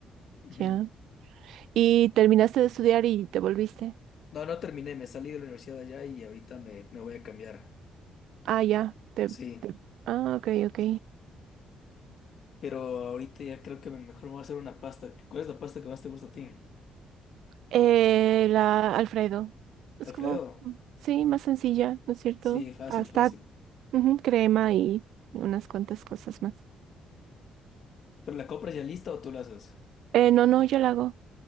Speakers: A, on the left; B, on the right.
A: Ujú.
B: Ya. ¿Y terminaste de estudiar y te volviste?
A: No, no terminé, me salí de la universidad allá y ahorita me, me voy a cambiar.
B: Ah, ya. Te,
A: Sí,
B: te- Ah, ok, ok.
A: pero ahorita ya creo que me- mejor me voy a hacer una pasta. ¿Cuál es la pasta que más te gusta a ti?
B: Eh, la Alfredo. Es
A: Alfredo.
B: como, mm, sí, más sencilla, ¿no es cierto?
A: Sí, fácil,
B: Hasta
A: fácil.
B: ujú, crema y unas cuantas cosas más.
A: ¿Pero la compras ya lista o tú la haces?
B: Eh, no, no, yo la hago.